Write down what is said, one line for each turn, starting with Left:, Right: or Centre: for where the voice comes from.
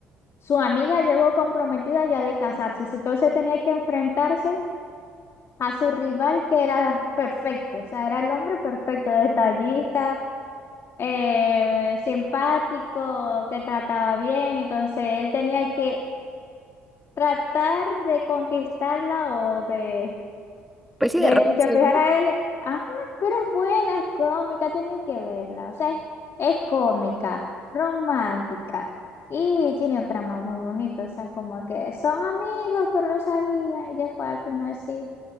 Left: su amiga llegó comprometida ya de casarse, entonces tenía que enfrentarse. a su rival que era perfecto, o sea, era el hombre perfecto, detallista, eh, simpático, que trataba bien, entonces él tenía que tratar de conquistarla o de
Centre: Pues sí,
Left: de
Centre: de robársela,
Left: fijar
Centre: ¿no?
Left: a él, ajá, pero es buena, es cómica, tienen que verla. O sea, es, es cómica, romántica. Y tiene un trama muy bonito. O sea, como que son amigos, pero no sabían. Y después al final sí.